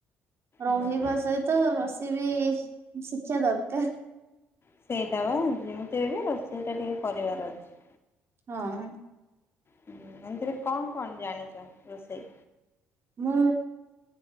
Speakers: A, on the right (about 45°); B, on the left (about 40°).
A: ରହିବା
B: ହୁଁ
A: ସହିତ ର ବି ଶିକ୍ଷା ଦରକାର।
B: ସେଇଟା ବା ଯେମିତି ବି ରୋ ସେଇଟା ଟିକେ କରିବାର ଅଛି।
A: ହଁ।
B: ହୁଁ ଏମିତିରେ କଣ କଣ ଜାଣିଛ ରୋଷେଇ
A: ହୁଁ।